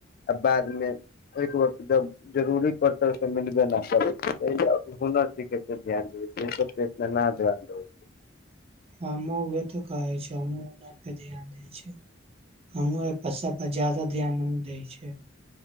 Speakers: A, on the left (about 45°); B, on the right (about 30°).
A: आ बादमे ऐक वक्त जब जरूरी पड़तल त मिलबे न करैत छै हुनर सीखे के ध्यान देबै ना ध्यान देबै
B: हमहूँ उहे तऽ कहै छै हमहुँ ओहे <unintelligible> पे ध्यान दै छै। हमहूँ अइ सब पर ज्यादा ध्यान न न दै छियै।